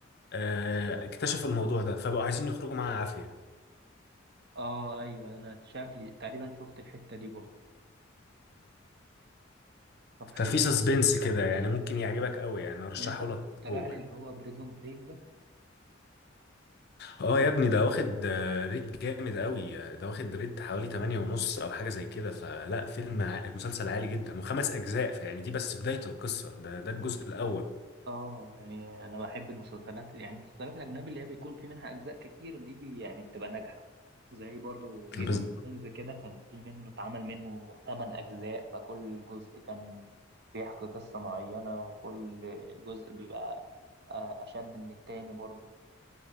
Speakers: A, on the left (about 55°); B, on the right (about 60°).
A: آه، اكتشفوا الموضوع ده فبقوا عايزين يخرجوا معاه عافيه
B: اه ايوه انا شكلي تقريبا شفت الحتة دي برضه طب حلو
A: ففي سسبنس كده يعني ممكن يعجبك قوي يعني ارشحه
B: يعني انت كنت
A: لك بقوه
B: رايح اللي
A: يعني.
B: هو بريزون بريك ده
A: اه يا ابني ده واخد آه، ريت جامد قوي آه، ده واخد ريت حوالي 8 ونص او حاجه زي كده فلا فيلم ع- مسلسل عالي جدا وخمس اجزاء فيعني دي بس بدايه القصه ده ده الجزء الاول
B: اه يعني انا بحب المسلسلات يعني المسلسلات الاجنبي اللي هي بيكون في منها اجزاء كتير دي يعني بتبقى ناجحه زي برضو جيم
A: بس
B: اوف ثرونز كده كان في منه اتعمل منه 8 اجزاء فكل جزء كان بيحكي قصه معينه وكل جزء بيبقى آه، اشد من التاني برضو